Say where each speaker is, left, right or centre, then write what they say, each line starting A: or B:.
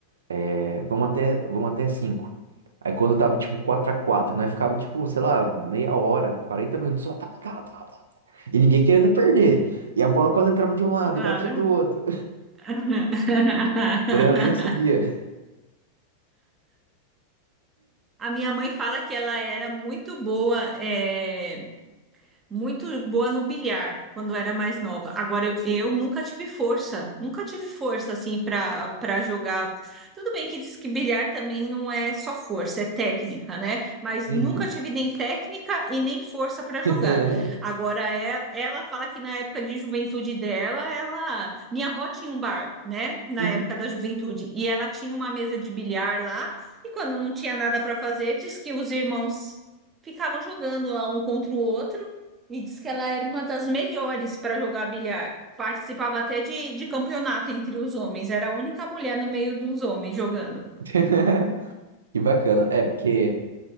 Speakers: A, on the right (about 70°); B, on the right (about 20°).
A: é, vamos até, vamos até cinco Aí quando tava, tipo, quatro a quatro né? Ficava, tipo, sei lá, meia hora, 40 minutos, só tá, tá, tá, tá. E ninguém querendo perder. E a bola quase entrava de um lado
B: claro.
A: e batia do outro.
B: <laughs>
A: <laughs> adrenalina subia.
B: A minha mãe fala que ela era muito boa, eh, muito boa no bilhar quando era mais nova. Agora eu, eu nunca tive força, nunca tive força assim para para jogar. Tudo bem que diz que bilhar também não é só força, é técnica, né? Mas
A: Uhum.
B: nunca tive nem técnica e nem força para
A: <laughs>
B: jogar. Agora é- ela fala que na época de juventude dela, ela, minha avó tinha um bar, né? Na
A: Uhum.
B: época da juventude e ela tinha uma mesa de bilhar lá. E quando não tinha nada para fazer, diz que os irmãos ficavam jogando lá um contra o outro e diz que ela era uma das melhores para jogar bilhar. Participava até de, de campeonato entre os homens. Era a única mulher no meio dos homens jogando.
A: <laughs> Que bacana. É, porque